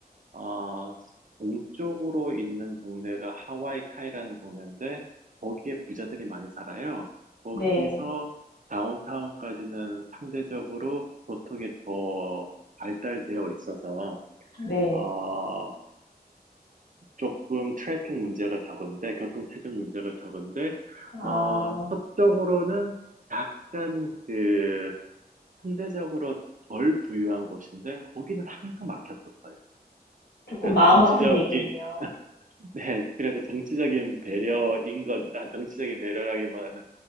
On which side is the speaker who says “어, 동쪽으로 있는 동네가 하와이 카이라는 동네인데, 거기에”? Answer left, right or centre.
Right